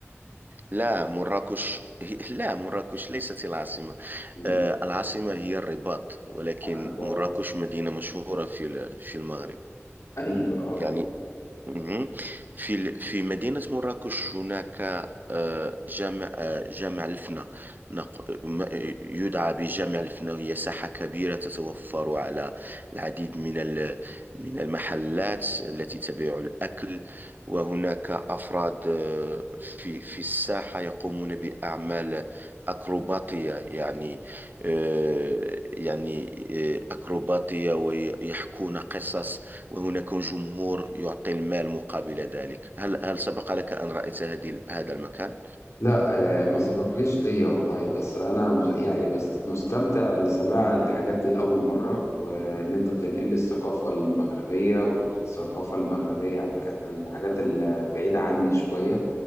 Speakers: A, on the right; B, on the left.
A: لا مراكش <laughs> هي- لا مراكش ليست العاصمة
B: مم.
A: آه، العاصمة هي الرباط ولكن
B: الرباط
A: مراكش مدينة مشهورة في ال- في المغرب
B: أيوه آه.
A: يعني مهم. في ال- في مدينة مراكش هناك آه، جامع آه، جامع الفنا نق- ما- يدعى بجامع الفنا هي ساحة كبيرة تتوفر على العديد من ال- من المحلات التي تبيع الأكل وهناك أفراد آه، في في الساحة يقومون بأعمال أكروباتية يعني آه، يعني آه، أكروباتية ويحكون قصص وهناك جمهور يعطي المال مقابل ذلك هل هل سبق لك أن رأيت هذه هذا المكان؟
B: لا آه، ما سبقليش ليا والله بس انا مز- يعني بس مستمتع لسماع الحاجات دي لاول مره وان انت بتنقل لي الثقافه المغربيه والثقافه المغربيه يعني كانت من الحاجات البعيده عني شويه